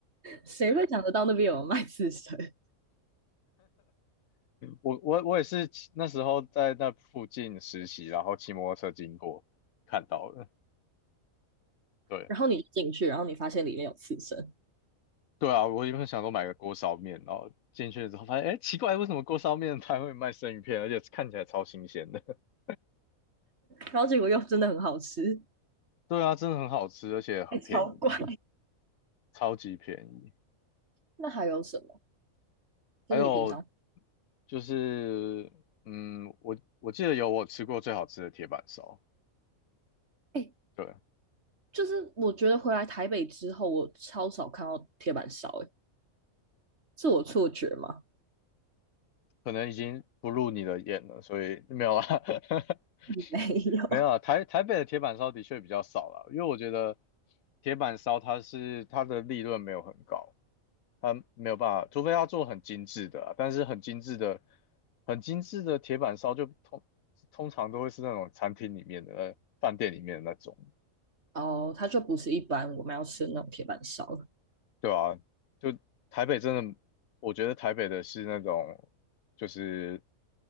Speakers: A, on the right; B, on the left.
A: 谁会想得到那边有卖刺身？
B: 我我我也是骑那时候在那附近实习，然后骑摩托车经过看到的，对，
A: 然后你进去，然后你发现里面有刺身，
B: 对啊，我原本想说买个锅烧面，然后进去之后发现，哎，奇怪，为什么锅烧面摊会卖生鱼片，而且看起来超新鲜的？<laughs>
A: 然后结果又真的很好吃。
B: 对啊，真的很好吃，而且很便宜，
A: 哎，超怪。
B: 超级便宜。
A: 那还有什么？就是你平常，
B: 还有就是，嗯，我我记得有我吃过最好吃的铁板烧，
A: 哎，
B: 对，
A: 就是我觉得回来台北之后，我超少看到铁板烧，哎，是我错觉吗？
B: 可能已经不入你的眼了，所以没有啦。<laughs>
A: <laughs> 没有，
B: 没有啊，台台北的铁板烧的确比较少了，因为我觉得铁板烧它是它的利润没有很高，它没有办法，除非它做很精致的啊但是很精致的、很精致的铁板烧就通通常都会是那种餐厅里面的、呃饭店里面的那种。
A: 哦，它就不是一般我们要吃的那种铁板烧，
B: 对啊，就台北真的，我觉得台北的是那种，就是